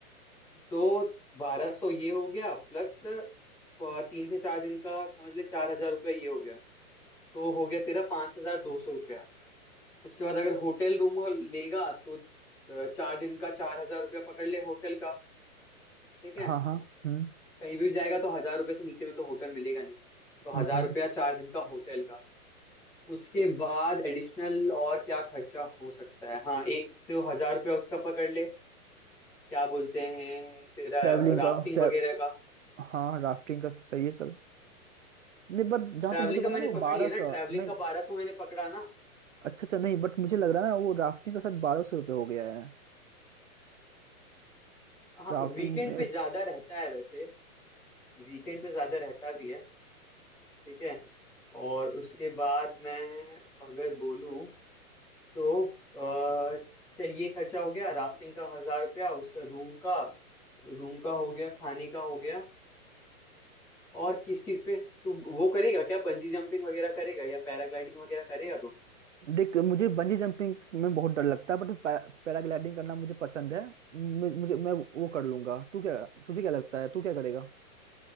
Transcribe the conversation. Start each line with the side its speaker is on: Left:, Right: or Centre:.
Centre: दो बारह सौ ये हो गया प्लस अ, तीन से चार दिन का समझ ले चार हजार रुपया ये हो गया तो हो गया तेरा पांच हजार दो सौ रुपया उसके बाद अगर होटल रूम लेगा तो अ, चार दिन का चार हजार रुपया पकड़ ले होटल का ठीक है
Right: हाँ हाँ हम्म
Centre: कहीं भी जाएगा तो हजार रुपये से नीचे में तो होटल मिलेगा नहीं तो
Right: हम्म
Centre: हजार रुपया चार दिन का होटल का उसके बाद एडिशनल और क्या खर्चा हो सकता है हाँ एक तो हजार रुपया उसका पकड़ ले क्या बोलते हैं तेरा
Right: ट्रैवलिंग
Centre: राफ्टिंग
Right: का ट्रै
Centre: वगैरह का
Right: हाँ राफ्टिंग का सही है चल नहीं बट जहाँ
Centre: ट्रैवलिंग
Right: तो मुझे पता
Centre: का मैंने
Right: ना वो
Centre: पकड़
Right: बारह
Centre: लिया ना
Right: सौ
Centre: ट्रैवलिंग
Right: नहीं
Centre: का बारह सौ मैंने पकड़ा ना
Right: अच्छा अच्छा नहीं बट मुझे लग रहा है ना वो राफ्टिंग का शायद बारह सौ रुपये हो गया है
Centre: हाँ
Right: राफ्टिंग
Centre: वीकेंड
Right: में
Centre: पे ज्यादा रहता है वैसे वीकेंड पे ज्यादा रहता भी है ठीक है और उसके बाद मैं अगर बोलूँ तो अ, चलिए खर्चा हो गया राफ्टिंग का हजार रुपया उसका रूम का रूम का हो गया खाने का हो गया और किस चीज पे तू वो करेगा क्या बंजी जंपिंग वगैरह करेगा या पैराग्लाइडिंग वगैरह करेगा तो
Right: देख मुझे बंजी जंपिंग में बहुत डर लगता है बट पैराग्लाइडिंग करना मुझे पसंद है मुझे, मुझे मैं वो कर लूंगा तू क्या तुझे क्या लगता है तू क्या करेगा